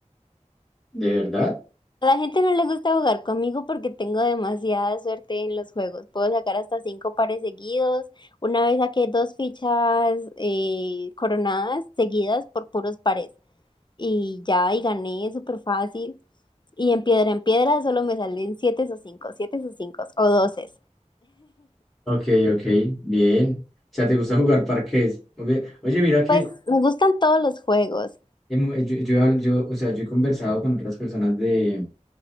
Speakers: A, in the centre; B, on the left.
A: ¿de verdad?
B: A la gente no le gusta jugar conmigo porque tengo demasiada suerte en los juegos. Puedo sacar hasta cinco pares seguidos. Una vez saqué dos fichas eh, coronadas seguidas por puros pares. Y ya, y gané súper fácil. Y en piedra en piedra solo me salen siete o cinco, siete o cinco o doce.
A: Ok, ok, bien. O sea, ¿te gusta jugar parqués? Oye, oye, mira que
B: Pues me gustan todos los juegos.
A: hemo- yo, yo, habl- yo, o sea, yo he conversado con otras personas de,